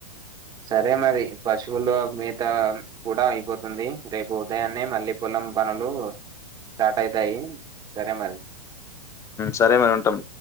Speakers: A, on the right; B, on the left.
A: సరే మరీ పశువులు మిత కూడ అయిపోతుంది రేపు ఉదయాన్నే మళ్ళీ పోల మొత్తం పనులు స్టార్ట్ అయితాయి సరే మరి
B: సరే మరీ ఉంటాం